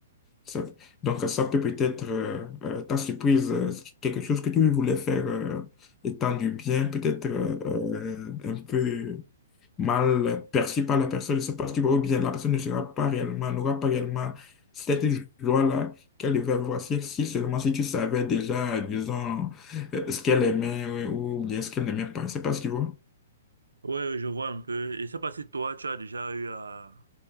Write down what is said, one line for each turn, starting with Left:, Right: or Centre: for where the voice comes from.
Left: Ça- donc ça peut peut-être euh, euh, ta surprise, euh, quelque chose que tu voulais faire euh, étant du bien, peut-être euh, euh, un peu mal perçu par la personne, c'est parce que ou bien la personne ne sera pas réellement, n'aura pas réellement cette joie-là qu'elle devait avoir si, si seulement si tu savais déjà, disons, euh, ce qu'elle aimait ouais, ou bien ce qu'elle n'aimait pas. C'est pas ce qu'il voit.
Right: Oui, oui, je vois un peu. Et je sais pas si toi, tu as déjà eu à,